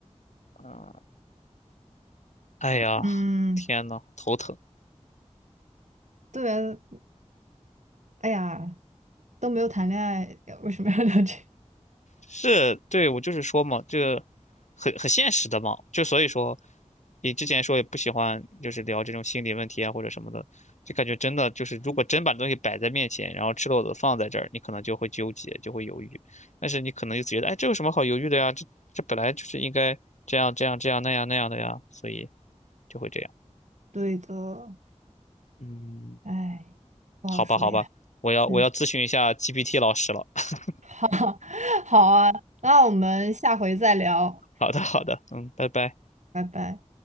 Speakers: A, on the left (about 80°); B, on the right (about 80°).
A: 啊，哎呀，
B: 嗯，
A: 天呐，头疼。
B: 对，哎呀，都没有谈恋爱，为什么要聊这个？
A: 是，对，我就是说嘛，这个很很现实的嘛，就所以说，你之前说也不喜欢，就是聊这种心理问题啊或者什么的，就感觉真的就是，如果真把东西摆在面前，然后赤裸裸的放在这儿，你可能就会纠结，就会犹豫，但是你可能就觉得，哎，这有什么好犹豫的呀？这这本来就是应该这样这样这样那样那样的呀，所以就会这样。
B: <laughs> 对的，
A: 嗯，
B: 哎，不好说呀。
A: 好吧，好吧，我要我要咨询一下
B: 嗯，
A: GPT 老师了。<laughs>
B: 好，<laughs> 好啊，那我们下回再聊，
A: 好的，好的，嗯，拜拜。
B: 拜拜。